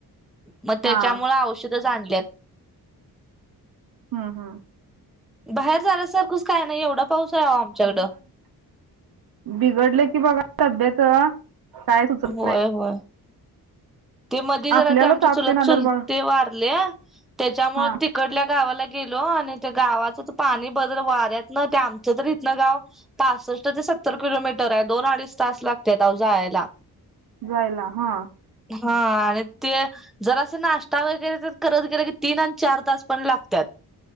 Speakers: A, in the centre; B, on the right.
A: मग त्याच्यामुळे
B: हा
A: औषधच आणल्यात.
B: हम्म हम्
A: बाहेर जाण्यासारखंच काय नाही एवढा पाऊस आहे आओ आमच्याकडं.
B: बिघडल की बघा तब्बीत काय सुचत
A: होय
B: नाही.
A: होय ते मध्ये जरा
B: आपल्याला
A: ते आमच्या
B: ताप
A: चुलत
B: तेन आल्यावर
A: चुलते
B: बघा
A: वारल्या त्याच्यामुळे
B: हा
A: ते इकडल्या गावाला गेलो आणि त्या गावाचं तर पाणी बदल वाऱ्यात न ते आमचं तर इथनं गाव पासष्ट ते सत्तर किलोमीटर आहे, दोन अडीच तास लागत्यात आओ जायला.
B: जायला हा.
A: हा आणि ते जरास नाश्ता वगैरे तर करत गेलं की, तीन आणि चार तास पण लागतात.